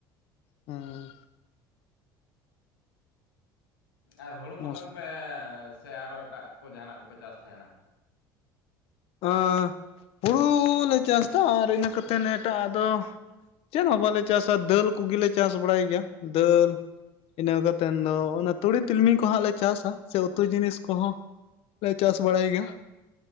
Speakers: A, on the left (about 55°); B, on the left (about 80°).
A: ᱦᱩᱸ
B: ᱟᱨ ᱦᱩᱲᱩ ᱢᱚᱛᱚ
A: ᱢᱩᱥ
B: ᱜᱮᱯᱮ ᱥᱮ ᱟᱨᱚ ᱮᱴᱟᱜ ᱠᱚ ᱡᱟᱦᱟᱱᱟᱜ ᱠᱚᱯᱮ ᱪᱟᱥ ᱛᱟᱦᱮᱱᱟ?
A: ᱟ ᱦᱩᱲᱩ ᱞᱮ ᱪᱟᱥᱫᱟ ᱟᱨ ᱤᱱᱟᱹ ᱠᱟᱛᱮᱫ ᱱᱴᱟᱜ ᱟᱫᱚ ᱪᱮᱫ ᱦᱚᱸ ᱵᱟᱞᱮ ᱪᱟᱥᱟ ᱫᱟᱹᱞ ᱠᱚᱜᱮᱞᱮ ᱪᱟᱥ ᱵᱟᱲᱟᱭ ᱜᱮᱭᱟ ᱫᱟᱹᱞ ᱤᱱᱟᱹ ᱠᱟᱛᱮᱸᱫ ᱫᱚ ᱚᱱᱟ ᱛᱩᱲᱤ ᱛᱤᱞᱢᱤ ᱠᱚᱦᱟᱸᱜ ᱞᱮ ᱪᱟᱥᱟ ᱥᱮ ᱩᱛᱩ ᱡᱤᱱᱤᱥ ᱠᱚᱦᱚᱸ ᱯᱮ ᱪᱟᱥ ᱵᱟᱲᱟᱭ
B: ᱦᱳᱭ
A: ᱜᱮᱣᱟ?